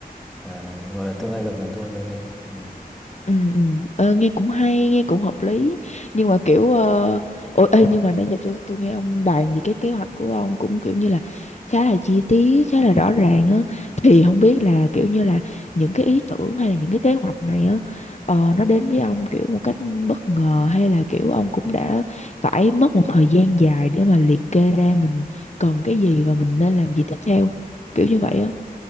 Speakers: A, in the centre; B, on the left (about 45°).
A: ờ, gọi là tương lai gần của tôi như thế ừ.
B: Ừ, ừ. Ờ, nghe cũng hay nghe cũng hợp lý nhưng mà kiểu ờ, ôi ê, nhưng mà nãy giờ tôi tôi nghe ông bàn về cái kế hoạch của ông cũng kiểu như là khá là chi tiết khá là rõ ràng á thì không biết là kiểu như là những cái ý tưởng hay là những cái kế hoạch này á ờ, nó đến với ông kiểu một cách bất ngờ hay là kiểu ông cũng đã phải mất một thời gian dài để mà liệt kê ra mình cần cái gì và mình nên làm gì tiếp theo kiểu như vậy á